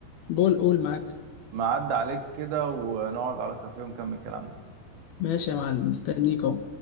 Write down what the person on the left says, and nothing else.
بقول قول معاك
ماشي يا معلم مستنيك اهو